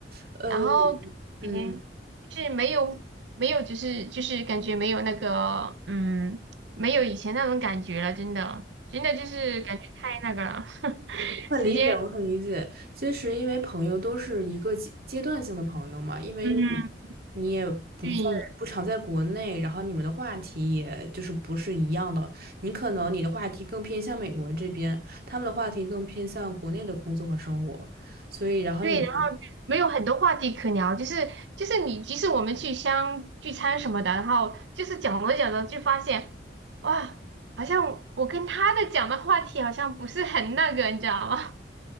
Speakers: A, on the right; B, on the right.
A: 呃，
B: 然后嗯，
A: 嗯。
B: 就是没有没有，就是就是感觉没有那个嗯，没有以前那种感觉了，真的真的就是感觉太那个了，<laughs>
A: 很理解，
B: 时间
A: 我很理解。其实，因为朋友都是一个阶阶段性的朋友嘛，因为你
B: 嗯
A: 你也不在不常在国内，
B: 对
A: 然后你们的话题也就是不是一样的。你可能你的话题更偏向美国这边，他们的话题更偏向国内的工作和生活，所以然后你们
B: 对，然后没有很多话题可聊，就是就是你即使我们去相聚餐什么的，然后就是讲着讲着就发现哇，好像我跟他的讲的话题好像不是很那个，你知道吗？